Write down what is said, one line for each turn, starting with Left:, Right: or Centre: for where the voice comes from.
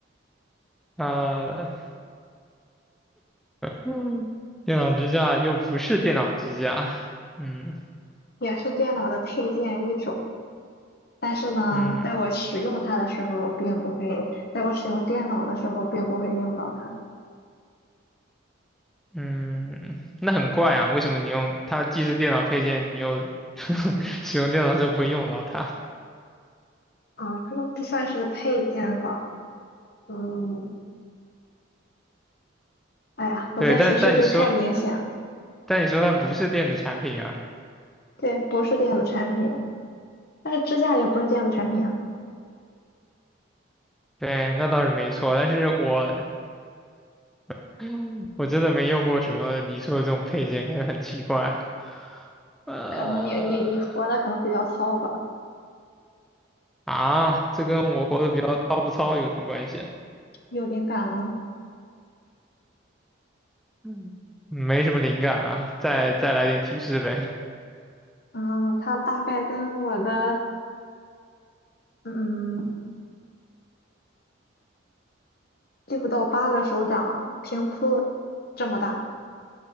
Centre: 呃，嗯，电脑支架又不是电脑支架，嗯
Left: 也是电脑的配件一种。但是呢，
Centre: 嗯
Left: 在我使用它的时候，并不会，在我使用电脑的时候，并不会用到它。
Centre: 嗯，那很怪啊，为什么你用它既是电脑配件，你又 <laughs> 使用电脑的时候不会用到它？
Left: 啊，这都不算是配件吧？嗯，哎呀，我这提示就太明显了，
Centre: 对，但但你说，但你说它不是电子产品啊，
Left: 对，不是电子产品，但是支架也不是电子产品啊。
Centre: 对，那倒是没错。但是我，<sucks teeth> 我真的没用过什么你说的这种配件，感觉很奇怪。呃，
Left: 可能你你你活的可能比较糙吧？
Centre: 啊，这跟我活得比较糙不糙有什么关系啊
Left: 有灵感了吗？
Centre: 嗯，没什么灵感啊，再再来点提示呗。
Left: 嗯，它大概跟我的嗯六到八个手掌平铺这么大，